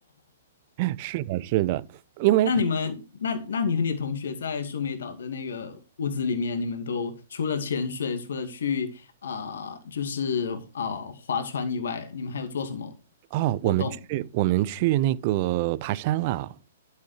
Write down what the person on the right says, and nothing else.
<laughs> 是的，是的，因为
哦，
我们去我们去那个爬山了。